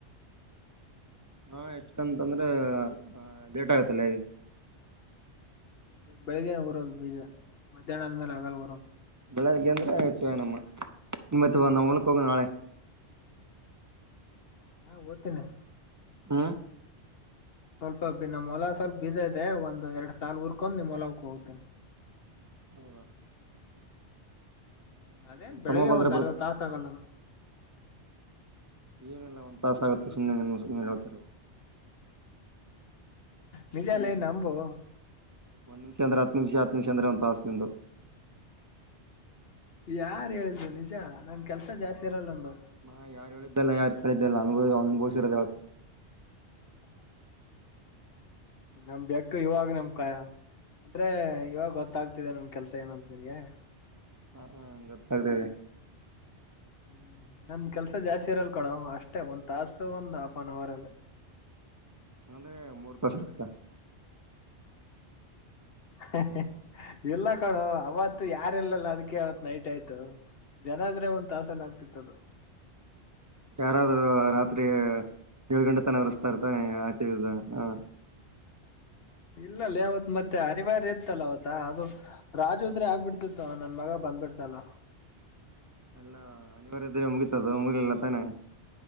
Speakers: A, on the right; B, on the left.
A: ಹಾ ಎಷ್ಟಕಂತಂದ್ರೆ ಲೇಟ್ ಆಗತ್ತಲ್ಲ ಈ.
B: ಬೆಳಿಗ್ಗೆನೆ ಹೊರೋದು ಬೀಜ ಮಧ್ಯಾಹ್ನ ಆದ್ಮೇಲೆ ಆಗಲ್ಲ ಹೊರೋ.
A: ಬೆಳಗ್ಗೆ ಅಂದ್ರೆ ಹೆಚ್ಚ ನಮ್ಮ ಇತ್ ನಮ್ ಹೊಲಕ್ ಹೋಗವ ನಾಳೆ.
B: ಹಾ ಓದ್ತೀನೆ
A: ಹ
B: ಸ್ವಲ್ಪ ನಮ್ಮ ಮಲ ಸ್ವಲ್ಪ ಬೀಜ ಇದೆ ಒಂದ್ ಎರಡ್ ಸಲ್ ಉರ್ಕೊಂಡ್ ನಿಮ್ ಮಲಕ್ ಹೋಗ್ತೀನಿ
A: ಹಾ
B: ಹ್ಮ್ ಅದೇ ಬೆಳಿಗ್ಗೆ
A: ತಮ್ಮ ಬಂದ್ರೆ
B: ಒಂದ್
A: ಬರುತ್
B: ಅರ್ಧ ತಾಸ ಆಗಲ್ಲ
A: ಏನೆಲ್ಲ ಒಂದ್ ತಾಸ ಆಗುತ್ತೆ ಸುಮ್ಮನೆ ಸು್ನೆ ಹೇಳ್ತಾರ
B: ನಿಜಾಲ ನಂಬೋ
A: ಒಂದ್ಮಿಷ ಅಂದ್ರ ಹ ನಿಮಿಷ ಹತ್ತು ನಿಮಿಷ ಅಂದ್ರ ಒಂತ ಆಸ್ ನಿಂದು
B: ಯಾರ್ು ಹೇಳಿದ್ರು ನಿಜ ನನ್ ಕೆಲ್ಸ ಜಾಸ್ತಿ ಇರಲ್ಲೊಂದು
A: ಹಾ ಯಾರು ಹೇಳಿದ್ದಲ್ಲ ಯಾರು ಕೇಳಿದ್ದಲ್ಲ ನ ಅವನ್ ಬೋಸಿರದ
B: ನಮ ಬೆಕ್ಕ ಇವಾಗ ನಮ್ಕಾಯ ಅಂದ್ರೆ ಇವಾಗ ಗೊತ್ತಾಗ್ತಿದೆ ನನ್ ಕೆಲ್ಸ ಏನಂತ್ ನಿನ್ಗೆ.
A: ಹಾ ಗೊತ್ತಾಗ್ತೆದೆ.
B: ಹ್ಮ್ ನಂದ್ ಕೆಲ್ಸ ಜಾಸ್ತಿ ಇರಲ್ಕಡೋ ಅಷ್ಟೇ ಒಂದ್ ತಾಸ ಒಂದ್ ಆಫ್ ಆನ್ ಅವರ್ ಅಲ್ಲೆ.
A: ಅಂದ್ರೆ ಮೂರ್ ತಸಟ್ಕ. <inaudible>
B: <inaudible> ಇಲ್ಲ ಕಳು ಅವತ್ತು ಯಾರಲ್ಲಲ್ಲ ಅದಕ್ಕೆ ಅವತ್ ನೈಟ್ ಆಯ್ತು ಜನಾದ್ರೆ ಒಂದ್ ತಾಸಲ್ಲ ಆಗ್ತಿತ್ತ ಅದು
A: ಯಾರಾದ್ರುೂ ರಾತ್ರಿ ಏಳು ಗಂಟೆ ತನ ಉ್ತಾ ಇರ್ತಾನೆ ಆತಿ ವಿಜ ಹ
B: ಇಲ್ಲಲ್ಲ ಅವಾವತ್ ಮತ್ತೆ ಅನಿವಾರ್ಯ ಇತ್ತಲ್ಲ ಅವತ್ತ ಅದು ರಾಜುದ್ರೆ ಆಗ್ಬಿಡ್ತಿತ್ ನನ್ ಮಗ ಬಂದ್ಬಟ್ಟನೆಲ್ಲ
A: ಅಲ್ಲ ಅನಿವಾರಿದ್ರೆ ಮುಗಿತದ ಮುಗಲ್ಲ ತಾನೆ